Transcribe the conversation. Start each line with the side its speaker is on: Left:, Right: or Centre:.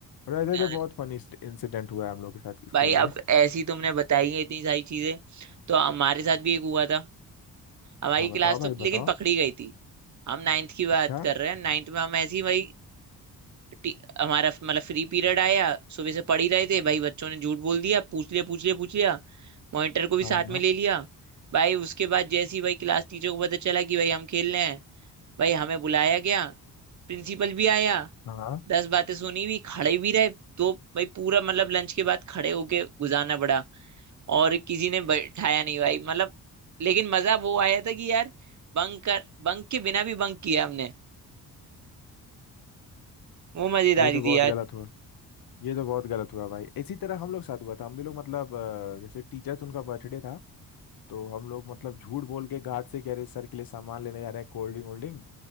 Left: ऐसे ऐसे
Right: अ,
Left: बहुत फनी इंसिडेंट हुआ है हम लोग के साथ स्कूल
Right: भाई
Left: में
Right: अब ऐसी तुमने बताई है इतनी सारी चीजें तो हमारे साथ भी एक हुआ था हमारी
Left: हाँ बताओ
Right: क्लास
Left: भाई
Right: तो लेकिन
Left: बताओ
Right: पकड़ी गई थी हम नाइन्थ की
Left: अच्छा
Right: बात कर रहे हैं नाइन्थ में हम ऐसी भाई टी- हमारा मतलब फ्री पीरियड आया सुबह से पढ़ ही रहे थे भाई बच्चों ने झूठ बोल दिया पूछ लिया पूछ लिया पूछ लिया मॉनिटर को भी
Left: हाँ
Right: साथ में ले लिया भाई उसके बाद जैसी भाई क्लास टीचर को पता चला कि भाई हम खेल रहे हैं भाई हमें बुलाया गया प्रिंसिपल भी आया
Left: हाँ
Right: दस बातें सुनी भी खड़े भी रहे तो भाई पूरा मतलब लंच के बाद खड़े होके गुजारना पड़ा और किसी ने बैठाया नहीं भाई मतलब लेकिन मजा वो आया था कि यार बंक कर बंक के बिना भी बंक किया हमने वो मजेदारी
Left: ये तो बहुत
Right: थी यार
Left: गलत हुआ ये तो बहुत गलत हुआ भाई इसी तरह हम लोग साथ हुआ था हम भी लोग मतलब अ, जैसे टीचर्स उनका बर्थडे था तो हम लोग मतलब झूठ बोल के गार्ड से कह रहे सर के लिए सामान लेने जा रहे हैं कोल्ड ड्रिंक वोल्ड ड्रिंक